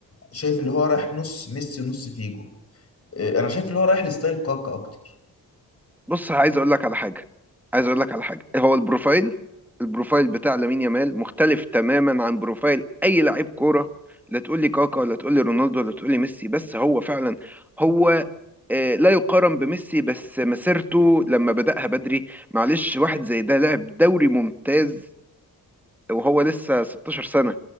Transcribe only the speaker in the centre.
بص عايز اقول لك على حاجه عايز اقول لك على حاجه هو البروفايل البروفايل بتاع لامين يامال مختلف تماما عن بروفايل اي لعيب كوره لا تقول لي كاكا ولا تقول لي رونالدو ولا تقول لي ميسي بس هو فعلا هو آه، لا يقارن بميسي بس مسيرته لما بدأها بدري معلش واحد زي ده لعب دوري ممتاز وهو لسه 16 سنه